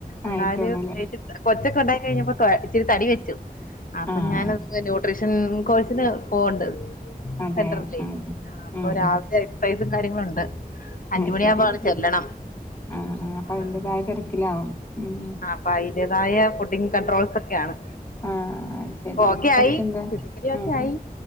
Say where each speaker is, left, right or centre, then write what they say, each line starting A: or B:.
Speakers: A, on the left (about 60°); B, on the left (about 25°).
A: എന്നാല്
B: ആയിട്ടുള്ളൂല്ലേ
A: വീട്ടി കൊച്ചൊക്കെയുണ്ടായി കഴിഞ്ഞപ്പം കൊ ഇച്ചിരി തടി വെച്ചു അപ്പൊ
B: ആഹ്
A: ഞാനൊന്ന് ന്യൂട്രിഷ ൻ കോഴ്സിന് പോവണ്ട്
B: അതെ
A: സെന്ററിലേ
B: ഉം
A: അപ്പൊ
B: ഉം
A: രാവിലെ സൈസും കാര്യങ്ങളുണ്ട് അഞ്ചുമണിയാകുമ്പോ
B: അഹ് ശരി
A: അവിടെ
B: ഉം
A: ചെല്ലണം
B: ആ ആഹ് അപ്പൊ
A: ആ
B: അതിന്റെതായ തിരക്കിലാവും ഉം
A: അപ്പം അയ്ന്റെതായ ഫുഡിങ്ങ് കൺട്രോൾസ് ഒക്കെയാണ്
B: ആഹ് അഹ് ശരി
A: ഓക്കെ
B: കൊച്ചെന്താ
A: ആയി ഫിസിക്കലി ഒക്കെ
B: ഉം
A: ആയി